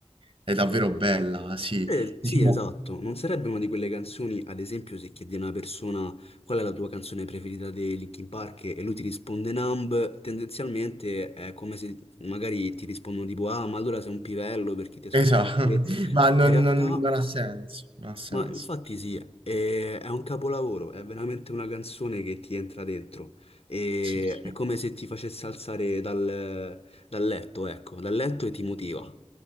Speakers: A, on the right; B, on the left.
A: è davvero bella, sì.
B: Eh,
A: Diciamo,
B: sì, esatto, non sarebbe una di quelle canzoni, ad esempio, se chiedi a una persona qual è la tua canzone preferita dei Linkin Park e lui ti risponde Numb, tendenzialmente è come se magari ti rispondono tipo ah, ma allora sei un pivello perché ti ascolti
A: Esatto,
B: questo.
A: <laughs> ma non,
B: Ma in realtà,
A: non- non ha senso, non ha senso.
B: ma infatti sì, è, è un capolavoro, è veramente una canzone che ti entra dentro e
A: Sì, sì.
B: è come se ti facesse alzare dal, dal letto, ecco, dal letto e ti motiva.